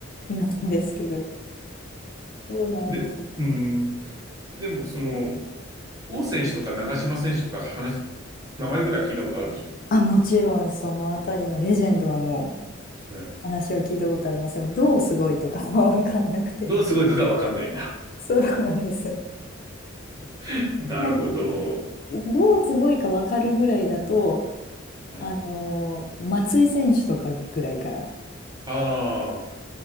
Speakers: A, on the left; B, on the right.
A: なんですけど。そうなんです。
B: で、うーん。でも、その、王選手とか長嶋選手とか話、名前ぐらい聞いたことあるでしょ。
A: あ、もちろん、そのあたりのレジェンドはもう、
B: はい
A: 話は聞いたことあります。でも、どうすごいとかは <laughs> わかんなくて。
B: どうすごいとかわかんないんだ。
A: そうなんです。
B: <laughs> なるほど。
A: なんか、どうすごいかわかるぐらいだと、
B: うん
A: あのー松井選手とかぐらいから。
B: ああ、